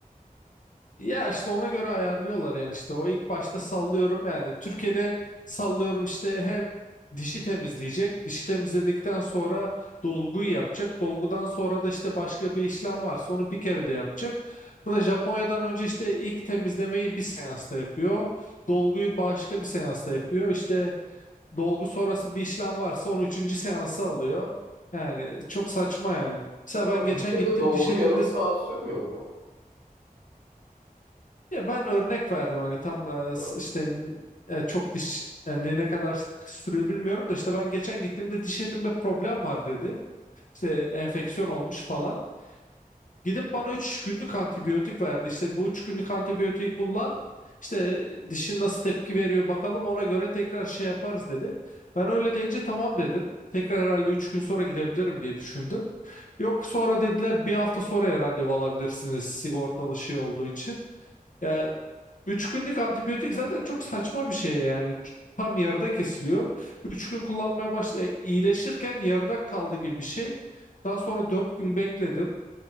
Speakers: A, on the left; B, on the right.
A: ya işte ona göre ayarlıyorlar yani işte o ilk başta sallıyorum yani Türkiye'de sallıyorum işte hem dişi temizleyecek dişi temizledikten sonra dolguyu yapacak dolgudan sonra da işte başka bir işlem varsa onu bir kere de yapacak. Burada Japonya'dan önce işte ilk temizlemeyi bir seansta yapıyor dolguyu başka bir seansta yapıyor işte dolgu sonrası bir işlem varsa onu üçüncü seansa alıyor. Yani çok saçma yani. Mesela
B: Ama
A: ben
B: Türkiye'de
A: geçen gittim
B: dolgu
A: diş etimde
B: yarım saat sürmüyor mu?
A: ya ben örnek verdim hani tam e,
B: Ha,
A: s- işte e, çok diş yani ne kadar sık sürüyor bilmiyorum da işte ben geçen gittiğimde diş etimde problem var dedi. İşte enfeksiyon olmuş falan. Gidip bana 3 günlük antibiyotik verdi. İşte bu 3 günlük antibiyotiği kullan. İşte dişin nasıl tepki veriyor bakalım ona göre tekrar şey yaparız dedi. Ben öyle deyince tamam dedim. Tekrar herhalde 3 gün sonra gidebilirim diye düşündüm. Yok sonra dediler bir hafta sonraya randevu alabilirsiniz sigortalı şey olduğu için. Yani 3 günlük antibiyotik zaten çok saçma bir şey yani. Tam yarıda kesiliyor. 3 gün kullanmaya başla iyileşirken yarıda kaldı gibi bir şey. Daha sonra 4 gün bekledim.